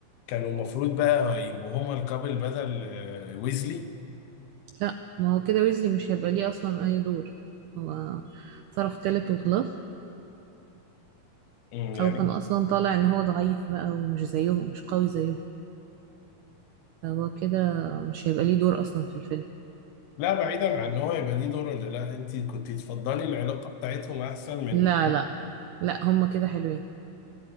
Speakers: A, on the left (about 80°); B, on the right (about 85°).
A: كانوا المفروض بقى يبقوا هما الكابل بدل آه، ويزلي
B: لا ما هو كده ويزلي مش هيبقى ليه اصلا اي دور هو طرف تالت وخلاص
A: مم، يعني
B: او كان اصلا طالع ان هو ضعيف بقى ومش زيهم مش قوي زيهم فهو كده مش هيبقى ليه دور اصلا في الفيلم
A: لا بعيدا عن ان هو يبقى ليه دور ولا لا انت كنت تفضلي العلاقة بتاعتهم احسن من
B: لا لا لا هما كده حلوين